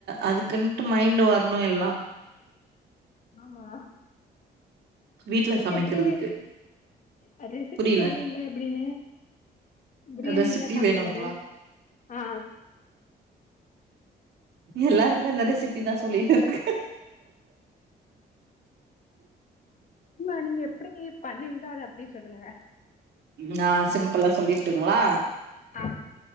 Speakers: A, on the right; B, on the left.
A: அதுக்குன்ட்டு மைண்டு வரணு எல்லா
B: ஆமா
A: வீட்ல
B: நீ
A: சமைக்கிறதுக்கு
B: எப்புடி அ ரெசிபி
A: புரியல
B: சொல்வீங்களா எப்டின்னு பிரியாணி
A: ரெசிபி
B: நீங்க சமைக்கிறது
A: வேணுங்களா
B: ஆ
A: எல்லாருக்கு இந்த ரெசிபிதா சொல்லிட்டு இருக்கே
B: சும்மா நீங்க எப்புடி பண்ணுவீங்களோ அத அப்டியே சொல்லுங்க
A: ந சிம்பிளா சொல்லிட்டுங்ளா
B: ஆ